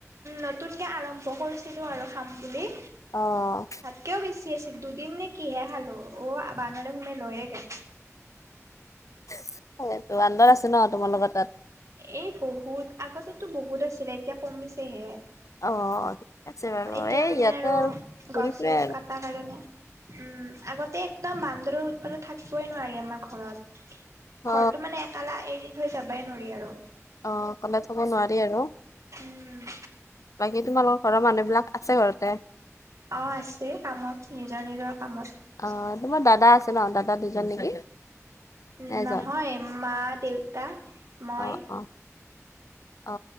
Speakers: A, on the right; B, on the left.
A: নতুনকৈ আৰম্ভ কৰিছিলো আৰু খাম বুলি।
B: অ',
A: কিয় বেছি আছিল দুদিন নে কিহে খালো অ', বানৰে সোমে লৈয়েগল।
B: সে বান্দৰ আছে ন তোমালোকৰ তাত।
A: এই বহুত আগতেতো বহুত আছিলে এতিয়া কমিছেহে।
B: অ আছে বাৰু
A: এতিয়া
B: এই
A: মানে
B: ইয়াতে
A: আৰু
B: ঘূৰি
A: গছ
B: ফুৰে
A: চছ
B: আৰু
A: কটাৰ কাৰণে উম আগতে। একদম বান্দৰৰ উৎপাদন থাকিবই নোৱাৰি আমাৰ ঘৰত
B: অ
A: ঘৰটো মানেষ- কালা এৰি থৈ যাবাই নোৱাৰি আৰু।
B: অ খোলি থ'ব নোৱাৰি আৰু।
A: উম
B: বাকী তোমালোকৰ ঘৰৰ মানুহবিলাক আছে ঘৰতে।
A: অ আছে কামত নিজৰ নিজৰ কামত।
B: অ তোমাৰ দাদা আছে ন দাদা দুজন নেকি।
A: উম
B: এজন
A: নহয় মা দেউতা মই।
B: অ অ অ